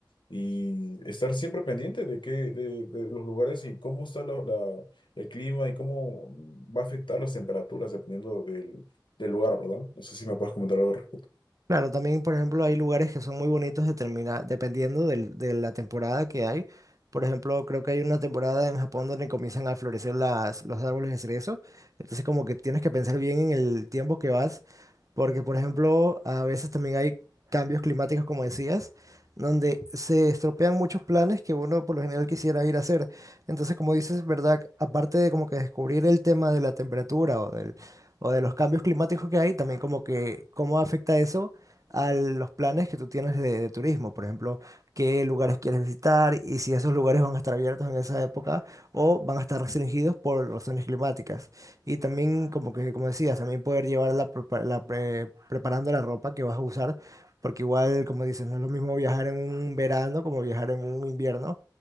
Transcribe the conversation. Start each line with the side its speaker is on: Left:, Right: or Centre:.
Left: y estar siempre pendiente de qué, de, de los lugares y cómo está el clima y cómo va a afectar las temperaturas dependiendo del, del lugar, ¿verdad? No sé si me puedes comentar algo al respecto.
Right: Claro, también, por ejemplo, hay lugares que son muy bonitos determina- dependiendo del- de la temporada que hay. Por ejemplo, creo que hay una temporada en Japón donde comienzan a florecer las, los árboles de cerezo. Entonces, como que tienes que pensar bien en el tiempo que vas porque, por ejemplo, a veces también hay cambios climáticos, como decías, donde se estropean muchos planes que uno por lo general quisiera ir a hacer. Entonces, como dices, ¿verdad? Aparte de como que descubrir el tema de la temperatura o del, o de los cambios climáticos que hay, también como que cómo afecta eso a los planes que tú tienes de, de turismo. Por ejemplo, qué lugares quieres visitar y si esos lugares van a estar abiertos en esa época o van a estar restringidos por razones climáticas. Y también, como que, como decías, también poder llevarla prepa- la pre- preparando la ropa que vas a usar, porque igual, como dices, no es lo mismo viajar en un verano como viajar en un invierno.